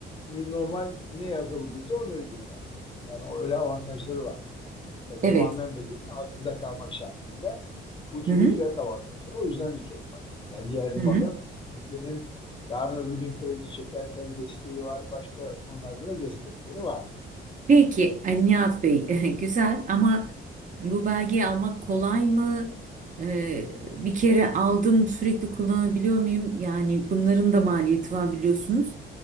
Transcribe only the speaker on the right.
Evet.
Hı hı.
Hı
hı.
Peki Ali Nihat Bey <laughs> güzel ama bu belgeyi almak kolay mı? Ee, bir kere aldım sürekli kullanabiliyor muyum? Yani bunların da maliyeti var biliyorsunuz.